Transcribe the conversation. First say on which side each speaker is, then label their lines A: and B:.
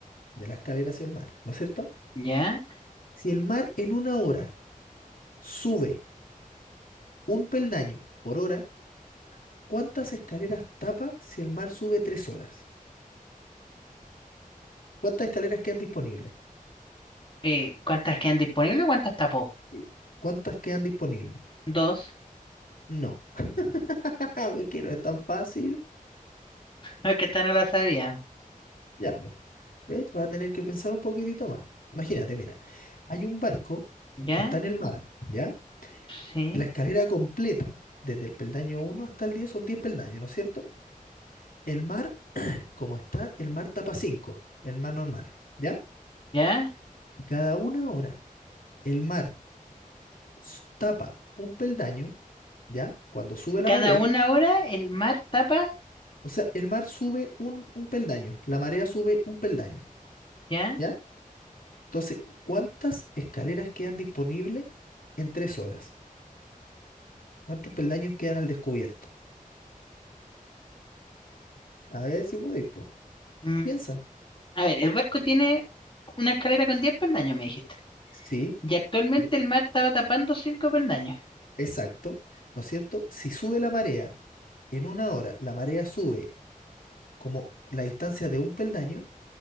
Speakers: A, on the left; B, on the left.
A: de la escalera hacia el mar, ¿no es cierto?
B: ¿Ya?
A: Si el mar en una hora sube un peldaño por hora, ¿Cuántas escaleras tapa si el mar sube tres horas? ¿Cuántas escaleras quedan disponibles?
B: Eh, ¿cuántas quedan disponibles o cuántas tapó?
A: Sí. ¿Cuántas quedan disponibles?
B: Dos.
A: No, <laughs> jaja, ve que no es tan fácil.
B: No, que esta no la sabía.
A: Ya, pues, ¿ves? Vas a tener que pensar un poquitito más. Imagínate, mira, hay un barco
B: ¿Ya?
A: que está en el mar, ¿ya?
B: Sí.
A: La escalera completa, desde el peldaño uno hasta el 10 son 10 peldaños, ¿no es cierto? El mar, como está, el mar tapa 5, el mar normal, ¿ya?
B: ¿Ya?
A: Cada una hora, el mar s- tapa un peldaño, ¿ya? Cuando sube la
B: Cada
A: marea,
B: una hora el mar tapa.
A: O sea, el mar sube un, un peldaño, la marea sube un peldaño,
B: ¿Ya?
A: ¿ya? Entonces, ¿cuántas escaleras quedan disponibles en tres horas? ¿Cuántos peldaños quedan al descubierto? A ver si podéis, po.
B: Mm,
A: Piensa.
B: A ver, el barco tiene una escalera con 10 peldaños, me dijiste.
A: Sí,
B: Y actualmente
A: y-
B: el mar estaba tapando cinco peldaños.
A: exacto, ¿no es cierto? Si sube la marea en una hora, la marea sube como la distancia de un peldaño,